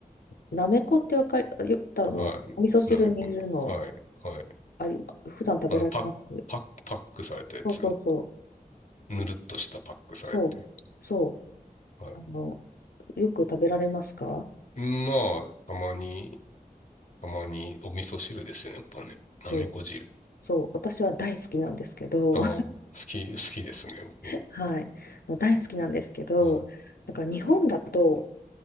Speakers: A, on the left; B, on the left.
A: なめこってわかり、よ、
B: <laughs>
A: あの、
B: はい。
A: お味噌汁にいるの、
B: なめこね。はい、はい。
A: あり、普段食べられます。
B: あの、パッ、パッ、パックされたやつ。
A: そうそうそう。
B: ぬるっとしたパックされて。
A: そう、そ
B: は
A: う、あの、よく食べられますか
B: い。まあ、たまに、たまにお味噌汁ですよね、やっぱね。
A: そう、
B: なめこ汁。
A: そう、私は大好きなんですけど、
B: ああ、好き、好きですね、僕も。
A: <laughs> はい、もう大好きなんですけど、
B: は
A: なんか日本だと、